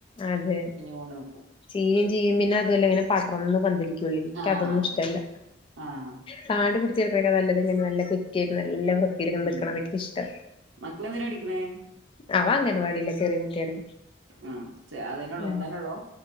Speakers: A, on the left; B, on the right.
A: അതെ
B: കൊണ്ട് നിക്കും
A: ചീയും ചീയും പിന്നെ അത്ങ്ങനെ പടർന്ന് പന്തലിക്കൊള്ളു ചെയ്യാ എനിക്ക്
B: ആഹ്
A: അതൊന്നും ഇഷ്ടല്ല
B: ആഹ്
A: കാട് പിടിച്ച് കടക്കിണേ കാട്ടിലും നല്ലത് ഇങ്ങനെ നല്ല കൊറ്റിയായിട്ട് നല്ല വ്യത്തിയി യില്
B: ഉം
A: നിക്കണേണ് എനിക്കിഷ്ടം
B: മക്കളെന്തിനാ പഠിക്കണേ
A: അവനങ്ങൻവാടിലാ ചെറിയ കുട്ടിയാണ്
B: ആഹ് അതെന്നേ ഉള്ളൂ
A: ഉം
B: ഒന്നന്ന ഉള്ളൂ